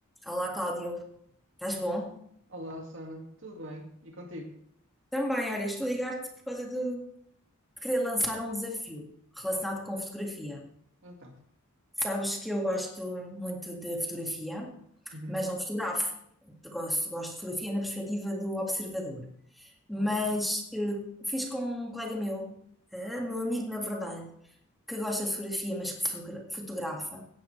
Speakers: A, in the centre; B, on the right.
A: Olá, Cláudio. Estás bom?
B: Olá, Sana, tudo bem? E contigo?
A: Também, olha, estou a ligar-te por causa de. querer lançar um desafio relacionado com fotografia.
B: Então.
A: Sabes que eu gosto muito de fotografia,
B: Uhum.
A: mas não fotografo. Gosto, gosto de fotografia na perspectiva do observador. Mas
B: Ok.
A: eh, fiz com um colega meu, eh, meu amigo, na verdade, que gosta de fotografia, mas que fotogra- fotografa.